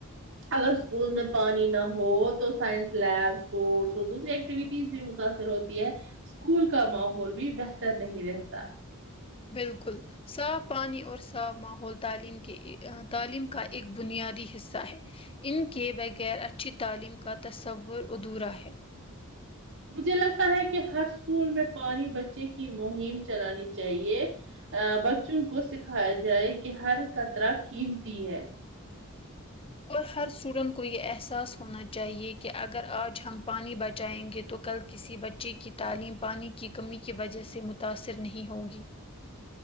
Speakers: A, on the right (about 60°); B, on the left (about 25°).
A: اگر اسکول میں پانی نہ ہو تو سائنس لیب اسپورٹس اور دوسری ایکٹیوٹیز بھی متاثر ہوتی ہے اسکول کا ماحول بھی بہتر نہیں رہتا
B: بالکل صاف پانی اور صاف ماحول تعلیم کے تعلیم کا ایک بنیادی حصہ ہے ان کے بغیر اچھی تعلیم کا تصور ادھورا ہے
A: مجھے لگتا ہے کہ ہر اسکول میں پانی بچے کی مہم چلانی چاہیے ا بچوں کو سکھایا جائے کہ ہر قطرہ قیمتی ہے
B: اور ہر اسٹوڈینٹ کو یہ احساس ہونا چاہیے کہ اگر آج ہم پانی بچائیں گے تو کل کسی بچ ے کی تعلیم پانی کی کمی کی وجہ سے متاثر نہیں ہوگی